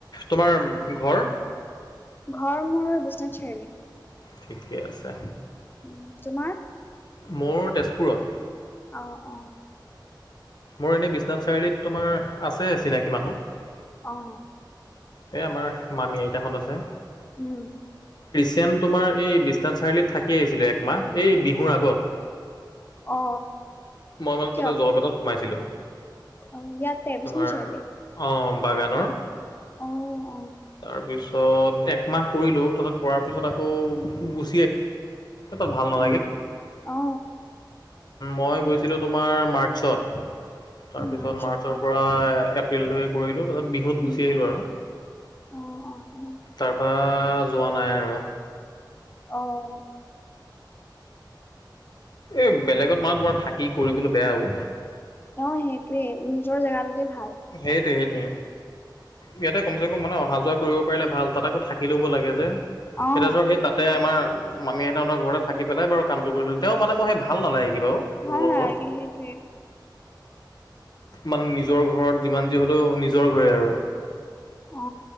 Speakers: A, on the left; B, on the left.
A: তোমাৰ ঘৰ?
B: ঘৰ মূৰৰ বিশ্বনাথ চাৰিআলি।
A: ঠিকে আছে।
B: উ, তোমাৰ।
A: মোৰ তেজপুৰত।
B: আহ, অ'।
A: মোৰ এনেই বিশ্বনাথ চাৰিআলিত তোমাৰ আছে চিনাকি মানুহ।
B: আহ।
A: এ, আমাৰ মামি আইতাখন আছে।
B: উম।
A: চেন তোমাৰ এই বিশ্বনাথ চাৰিআলিত থাকি আহিছিলোঁ, একমাহ এই বিহুৰ আগত।
B: অ
A: মই মানে
B: কিয়
A: তাতে জৰপেটত সোমাইছিলো।
B: অ ইয়াতে বিশ্বনাথ
A: তোমাৰ
B: চাৰিআলি
A: আহ বাগানৰ।
B: অ অ
A: তাৰ পিছত একমাহ কৰিলো, তাৰিছত কৰাৰ পিছত আকৌ গু ম
B: উম অ
A: ম আমাৰ মাৰ্চত তাৰপিছত
B: মাৰ্চত
A: মাৰ্চৰ
B: অ
A: পৰা এপ্ৰিলটকে কৰিলো তাৰপিছ বিহুত
B: উম
A: গুচি আহিলো আৰু
B: অ অ অ
A: তাৰপ যোৱা নাই আৰু
B: আহ
A: এই বেলেগত মানু তোমাৰ থাকি কৰিবলৈ বেয়া আৰু
B: অ', েইটোয়ে নিজৰ জেগাটোতে ভাল
A: সেইটোৱে সেইটোৱে ইয়াতে কমচে কম মানে অহা যোৱা কৰিব পাৰিলে ভাল তাত আকৌ থাকি ল'ব লাগে যে
B: অ
A: এতিয়া ধৰ সেই তাতে আমাৰ মামি সেঁতৰ ঘৰ থাকি পেলাই বাৰ কাম কৰিছিল তেওঁ মানে মইেই ভাল নালাগে থাকিবা
B: ভাল
A: লোকৰ
B: নালাগে
A: ঘৰত
B: সেইটোৱে
A: মানে নিজৰ ঘৰত যিমান যি হ'লেও নিজৰ ঘৰে আৰু
B: অ